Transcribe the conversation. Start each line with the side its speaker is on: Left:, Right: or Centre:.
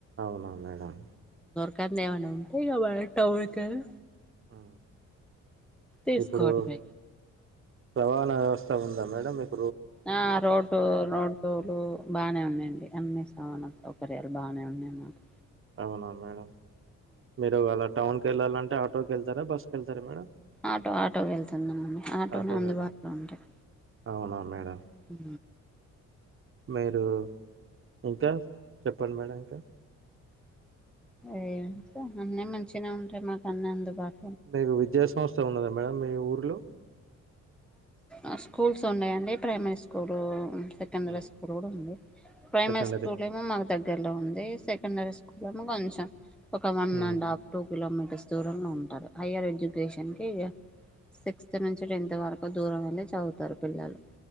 Right: అ మేడం
Centre: గట్ల ఏమన్న ఉంటే మనం టౌన్ కెళ్ళి
Right: ఉ
Centre: తీసుకోవడమే
Right: ఇప్పుడు రవాణా వ్యవస్థ చ ఉందా మేడం మీక్
Centre: ఆ రోడ్డు రోడ్లులు బానే ఉన్నాయండి అన్ని అవునా సౌకర్యాలు బానే ఉన్నాయి అండి
Right: అవునా మేడం మీరు అలా టౌన్కి వెళ్ళాలంటే ఆటోకి వెళ్తారా బస్సుకి వెళ్తారా మేడం
Centre: ఆటో ఆటో వెళ్తామండీ ఆటోనే
Right: ఆటోకి
Centre: అందుబాటులో
Right: వెళ్త
Centre: ఉంటాయి
Right: అవునా మేడం
Centre: ఊ
Right: మీరు ఇంకా చెప్పండి మేడం ఇంకా
Centre: ఇగ అంతే అన్నీ మంచిగా ఉంటాయి మాకు అన్ని అందుబాటులో
Right: మీకు విద్యా సంస్థ ఉన్నదా మేడం మీ ఊర్లో
Centre: ఆ స్కూల్స్ ఉన్నాయండి primary school secondary
Right: um.
Centre: School కూడా ఉంది ప్రైమరీ
Right: సెకండరీ
Centre: స్కూల్ ఏమో మాకు దగ్గర లో ఉంది సెకండరీ స్కూల్ ఏమో కొంచెం ఒక one
Right: um.
Centre: And half two kilometers దూరంలో ఉంటారు హైయర్ ఎడ్యుకేషన్ కి ఇగ సిక్స్త్ నుంచి టెన్త్ వరకు కొద్ దూరం వెళ్ళి చదువుతారు పిల్లలు